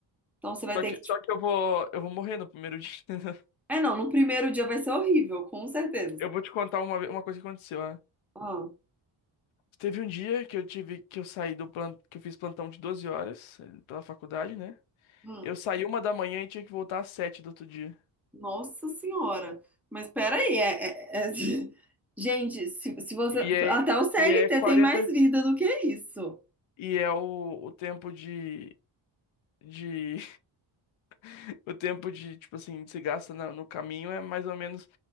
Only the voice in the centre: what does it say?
Então você vai
ter
que. tipo,
É, não, no primeiro dia vai ser horrível, com certeza.
Ah,
hum.
Nossa Senhora. Mas peraí, é, é- é- <laughs> gente, se, se você.
Até o CLT
tem mais vida do que isso.